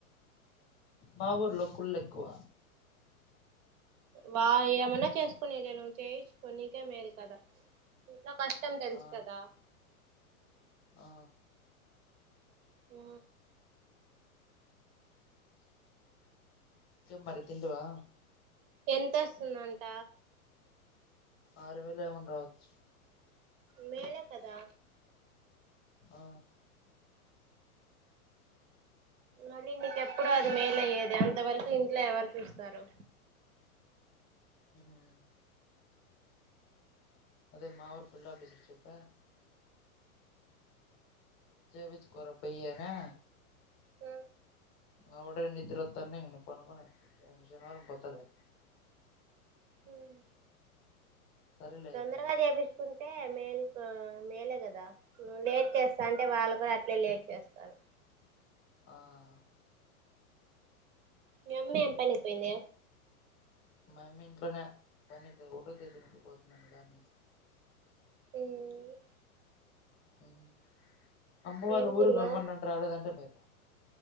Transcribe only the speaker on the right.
వా ఏమన్నా చేసుకునేద నువ్వు చేయించు కొన్నికే మేల్ కదా నా కష్టం తెలుసు
కదా
ఓ
ఎంత వస్తుందంట
మెలే కద
మళ్ళీ నీకెప్పుడు అది మేలయ్యేది అంతవరకు ఇంట్లో ఎవరు చూస్తారు
స
హ్మ్మ్
తొందరగా
చేపిస్తుకుంట అంటే మేల్ మేలే కదా ను లేట్ చేస్తా అంటే వాళ్ళు కూడా అట్లే లేట్ చేస్తారు
మీ అమ్మ ఏం పని కి పోయింది
ఉమ్
ఏం
తిన్నావు